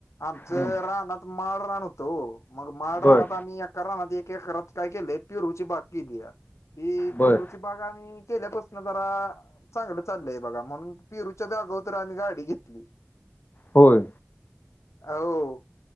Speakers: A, on the left; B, on the left.
A: आमचं
B: हं.
A: राहणत माड राहन होतो मग माड राहनात
B: बर
A: आम्ही एका राहनात एक करात काय केले. त रुचीि बाकी द. ती
B: बर
A: पिरूची बाग आम्ही केल्यापासून जरा चांगलं चाललंय. बघा म्हणून पिरूच्या जागा तर आम्ही गाडी घेतली.
B: होय.
A: हो